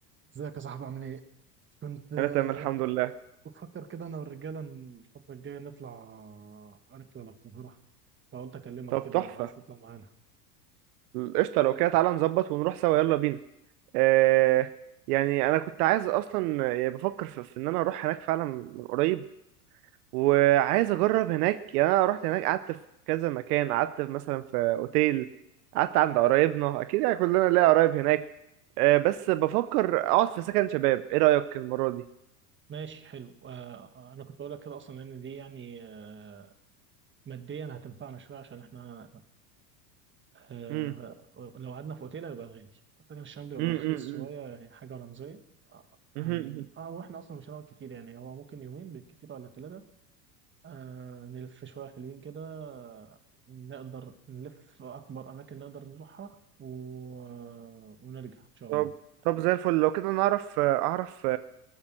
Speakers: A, on the right; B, on the right.
A: ازيك يا صاحبي عامل ايه؟ كنت آه،
B: انا تمام الحمد لله
A: بفكر كده انا والرجاله إن الفتره الجايه نطلع آه، رحله للقاهره فقلت اكلمك
B: طب
A: كده
B: تحفه
A: لو عايز تطلع معانا
B: قشطه لو كده تعالى نظبط ونروح سوا يلا بينا آه يعني انا كنت عايز اصلا يعني بفكر في, في ان انا اروح هناك فعلا من قريب وعايز اجرب هناك يعني انا رحت هناك قعدت في كذا مكان قعدت في مثلا في اوتيل قعدت عند قرايبنا اكيد يعني كلنا ليا قرايب هناك آه بس بفكر اقعد في سكن شباب ايه رايك المره دي
A: ماشي حلو آه آه، انا كنت اقول لك كده اصلا لان دي يعني آه ماديا هتنفعنا شويه عشان احنا آه
B: امم
A: لو قعدنا في اوتيل هيبقى غالي لكن الشام بيبقى
B: امم
A: رخيص شويه يعني حاجه رمزيه آه،
B: امم
A: هن... اه واحنا اصلا مش هنقعد كتير يعني هو ممكن يومين بالكتير ولا ثلاثه آه نلف شوية حلوين كده نقدر نلف أكبر أماكن نقدر نروحها و... آه، ونرجع إن شاء الله
B: طب طب زي الفل لو كده نعرف اعرف